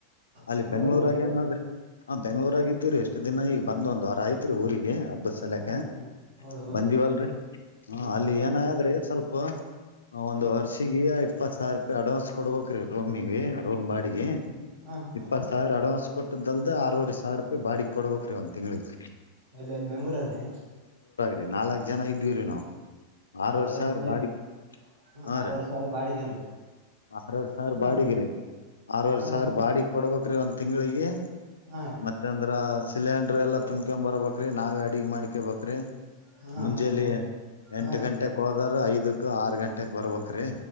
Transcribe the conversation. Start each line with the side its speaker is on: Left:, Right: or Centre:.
Left: ಅಲ್ಲಿ
Right: ಬೆಂಗ್ಳೂರಾಗಿರೇನ್ರಿ
Left: ಬೆಂಗ್ಳೂರಾಗ ಏನಾದ್ರೆ ಹಾ ಬೆಂಗ್ಳೂರಾಗಿದ್ದೀರಿ ಅಷ್ಟ. ಇಷ್ಟ ದಿನ ಈಗ ಬಂದ ಒಂದ್ ವಾರ ಆಯ್ತ್ರಿ ಊರಿಗೆ ಹಬ್ಬದ ಸಾಲ್ಯಕ
Right: ಹಾ ಹಾ ಹೌದ ಹೌದನ್ರಿ
Left: ಬಂದಿವವಲ್ರರಿ. ಹ
Right: ಹಾ ಹಾ
Left: ಅಲ್ಲಿ
Right: ಹಬ್ಬಕ್
Left: ಏನಾದ್ರೆ
Right: ಬಂದ್ರ
Left: ಸ್ವಲ್ಪ ಒಂದ
Right: ಹಾ
Left: ವರ್ಷಗಿ. <unintelligible> ಇಪ್ಪತ್ ಸಾವಿರ ರೂಪಾಯಿ ಅಡ್ವಾನ್ಸ್ ಕೊಡ್ಬೇಕ ರೀ ರೋಮಿಗೆ ರೋಮ ಬಾಡಿಗೆ
Right: ಹಾ ಹಾ
Left: ಇಪ್ಪತ್
Right: ರೀ
Left: ಸಾವಿರ ಅಡ್ವಾನ್ಸ್ ಕೊಟ್ಟ. ಕೋಟುದ ಅಲದ ಆರುವರಿ ಸಾವಿರ ರೂಪಾಯಿ ಬಾಡಗ ಕೊಡ್ಬೇಕ್ ರೀ ಒಂದ ತಿಂಳಿಗೆ.
Right: ಎಲ್ಲ ಎಲ್ಲಿ ಬೆಂಗಳೂರಗ ರಿ.
Left: ರಿ ನಾಲ್ಕ್ ಜನ ಇದ್ವಿ ರೀ ನಾವವು. ಆರ
Right: ನಾಲ್ಕ್
Left: ಆರ ಸಾವಿರ
Right: ಜನ
Left: ಬಾಡಿಗ
Right: ಇರಿ ಹಾ
Left: ಹ
Right: ಆರವರೆ
Left: ರೀ.
Right: ಸಾವಿರ ಬಾಡಿಗೇನ್ರಿ
Left: ಆಕರರ ಸಾವಿರ
Right: ಹಾ
Left: ಬಾಡಿಗೆ ರೀ ಆರುವರಿ
Right: ಹಾ
Left: ಸಾವಿರ
Right: ಹಾ
Left: ಬಾಡಿಗೆ ಕೊಡ್ಬೇಕ್ರೀ ಒಂದ್ ತಿಂಗಳಿಗಿ.
Right: ಹಾ ರೀ
Left: ಮತ್ತ ಅಂದ್ರ ಸಿಲಿಂಡ್ರ ಎಲ್ಲಾ ತುಂಬ್ಕೊ್ ಬರ್ಬೇಕ್ರಿ ನಾವೇ ಅಡ್ಗೆ ಮಾಡ್ಕೋ ಬೇಕ್ರಿ.
Right: ಹಾ
Left: ಮುಂಜೇಲಿ
Right: ಹಾ ಹಾ
Left: ಎಂಟ
Right: ಹಾ ರೀ
Left: ಗಂಟೆಕ್ ಹೋದ್ರ ಐದಕ್ ಆರ್ ಗಂಟೆಕ್ ಬರಬೇಕ್ರಿ.